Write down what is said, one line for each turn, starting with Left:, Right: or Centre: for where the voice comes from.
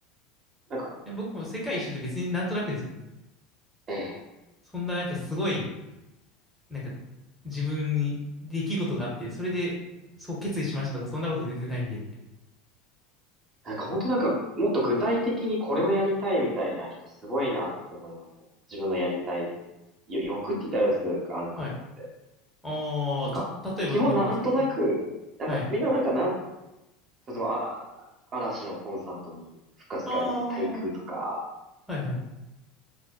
Right: なんか、
Centre: 僕も世界一周って別になんとなくですもん。
Right: ええ
Centre: そんななんかすごい、なんか自分に出来事があって、それでそう決意しましたとか、そんなこと全然ないんで。
Right: なんか本当なんか、もっと具体的にこれをやりたいみたいな人すごいなって思いますね。自分のやりたい、よ欲って言ったらあれですけど、ある方って。
Centre: はい。ああ、
Right: なんか、
Centre: た、例えばどんなことですかはい。
Right: 基本なんとなく、なんか、
Centre: はい。
Right: みんななんかなん、例えば、あ、嵐のコンサートに復活が絶対行くとか、
Centre: ああ、はいはい。